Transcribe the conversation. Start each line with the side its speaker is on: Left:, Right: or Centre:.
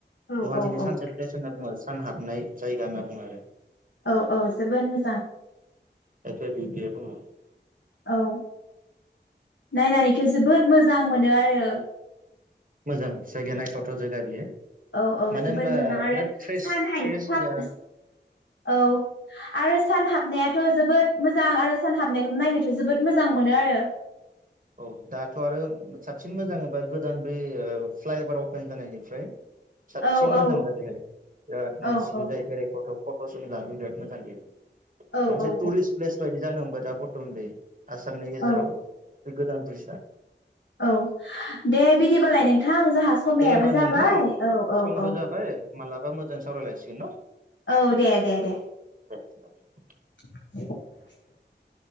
Left: औ
Right: गुवाहाटीनि
Left: औ औ
Right: सानसेट फ्लेस होननानै बुंङो आरो सान हाबनाय जायगा होनना बुङो आरो।
Left: औ औ जोबोर मोजां
Right: खायफा बि पि बुंङो।
Left: औ नायनानैथ' जोबोद मोजां मोनो आरो।
Right: मोजां जायगाया नायथाव थाव जायगा बियो
Left: औ औ
Right: मानो
Left: जोबोद
Right: होनबा
Left: मोजां आरो
Right: बिराद फ्रेस
Left: सान हाय
Right: फ्रेस
Left: थाब
Right: एयार
Left: औ आरो सान हाब हाबनायाथ' जोबोद मोजां आरो सान हाबनायखौ नायनोथ' जोबोद मोजां मोनो आरो।
Right: औ दाथ' आरो साबसिन मोजां होमबा गोदान बे ओ फ्लाइअभार अपेन जानायनिफ्राय साबसिन
Left: औ
Right: मोजां
Left: औ
Right: दा बेहाय बिराद मानसिबो
Left: औ औ
Right: जायो बेरायथाव थाव फट'सुनि लानोबो बिराद मोजांबियो ।
Left: औ
Right: मोनसे
Left: औ
Right: टुरिस प्लेस बायदि जानोब जा पुट <unintelligible> आसामनि गेजेराव
Left: औ
Right: बे गोदान ब्रिसा
Left: औ दे बिदिबालाय नोंथां जोंहा समायाबो
Right: दे होमबा नोंथां
Left: जाबाय औ औ
Right: समबो
Left: औ।
Right: जाबाय मालाबा मोजां सावरायलायसिगन न'
Left: औ दे दे दे
Right: <unintelligible>
Left: <unintelligible>